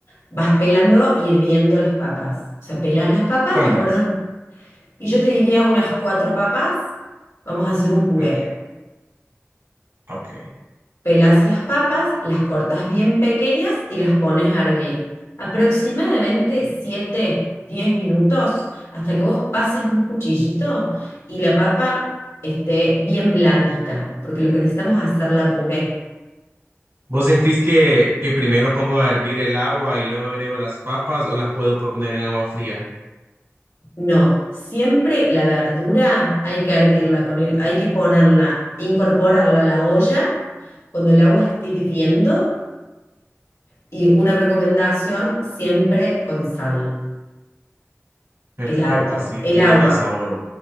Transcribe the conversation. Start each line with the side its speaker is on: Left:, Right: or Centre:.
Left: vas pelando y hirviendo las papas. O sea, pelas las papas
Right: ¿Cuántas?
Left: y las pones Y yo te diría unas cuatro papas. Vamos a hacer un puré.
Right: Ok, ok.
Left: Pelas las papas, las cortas bien pequeñas y las pones a hervir. Aproximadamente 7 10 minutos hasta que vos pases un cuchillito y la papa esté bien blandita, porque lo que necesitamos es hacerla puré.
Right: ¿Vos sentís que, que primero pongo a hervir el agua y luego agrego las papas o las puedo poner en agua fría?
Left: No, siempre la verdura hay que hervirla, con el- hay que ponerla, incorporarla a la olla cuando el agua esté hirviendo Y una recomendación siempre con sal,
Right: Perfecto,
Left: el agua.
Right: así
Left: El
Right: tiene
Left: agua,
Right: más sabor.